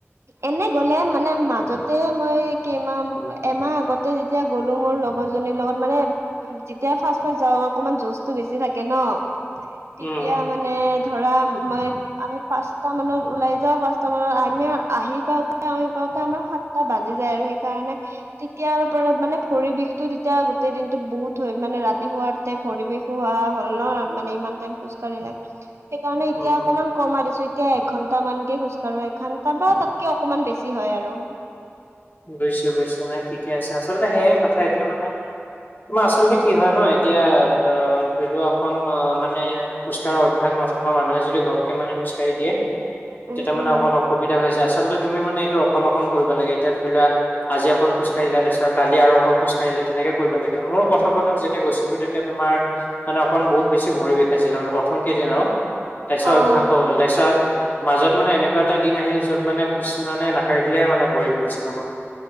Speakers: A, on the right (about 75°); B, on the left (about 45°).
A: এনে গ'লে মানে মাজতে মই কেইমাহ এমাহ আগতে যে ত এতিয়া, গ'লো মোৰ লগৰজনীৰ লগত মানে! যেতিয়া ফাৰ্ষ্ট, ফাৰ্ষ্ট যাওঁ অকনমান জৌচা টো বেছি থাকে ন! তেতিয়া
B: উম উম
A: মানে ধৰা, মই আমি পাঁচটা মানত ওলাই যাওঁ! পাঁচটা মানত আমি, আহি পাওঁতে, আহি পাওঁতে আমাৰ সাতটা বাজি যায়! আৰু হেইকাৰণে, তেতিয়াৰ পৰা মানে ভৰিৰ বিষতটো তেতিয়া গোটেই দিনটো বহুত হয়! মানে ৰাতি শুৱাৰ পৰিবেশো হোৱা হ'ল ন মানে ইমান টাইম খোজ কঢ়িলে <unintelligible> সেইকাৰণে এতিয়া
B: উম
A: অকনমান কমাৰিছো <inaudible> এতিয়া এঘন্টা মানকে খোজকাঢ়ো এখন <unintelligible> তাতকে অকমান বেছি হয়! আৰু
B: বুজিছো, বুজিছো নাই ঠিকে আছে! আচলতে সেয়া কথা এতিয়া মানে, তোমাৰ আচলতে কি হয় ন, এতিয়া অ ধৰি লোৱা অকন অ মানে খোজ কঢ়া অভ্যা ভাগ নথকা মানুহ যদি ঘৰকে মে খোজকাঢ় দিয়ে <unintelligible>
A: উম
B: তেতিয়া মানে
A: উম।
B: অঁকণ অসুবিধা হৈছে! আচলতে তুমি মানে এইটো অঁকণ, অঁকণ কৰি বা লাগে! এতিয়া ধৰি লোৱা, আজি অঁকণ খোজকাঢ়িলা! তাৰপিছত কালি আৰু অঁকণ, খোজকাঢ়িলে তেনেকৈ কৰিব লাগে! মোৰো প্ৰথম প্ৰথম যেতিয়া গৈছিলো, তেতিয়া তোমাৰ মানে অকণ বহুত বেছি ভৰি বিষাইছিলে! মানে প্ৰথম কেইদিন আৰু তাৰপিছত
A: অ
B: অভ্যাস হল! তাৰপিছত মাজত মানে এনেকুৱা এটা দিন আহিল! য'ত মানে, খোজ মানে নাকাঢ়িলে মানে ভৰি বিষাইছিল! <unintelligible>